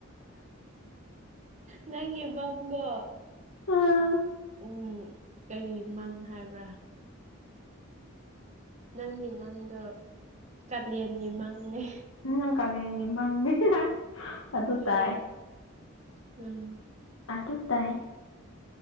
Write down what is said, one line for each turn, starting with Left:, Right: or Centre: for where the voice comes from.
Right: ꯅꯪꯒꯤ ꯃꯪ ꯗꯣ
Left: ꯎꯝ
Right: ꯎ ꯀꯔꯤ ꯃꯪ ꯍꯥꯏꯕ꯭ꯔꯥ ꯅꯪꯒꯤ ꯃꯪꯗꯣ ꯀꯥꯂꯦꯟꯒꯤ ꯃꯪꯅꯦ
Left: ꯎ ꯀꯥꯂꯦꯟꯒꯤ ꯃꯪꯅꯤ ꯑꯗꯨ
Right: ꯎꯝ
Left: ꯇꯥꯏ
Right: ꯎꯝ
Left: ꯑꯗꯨꯇꯥꯏ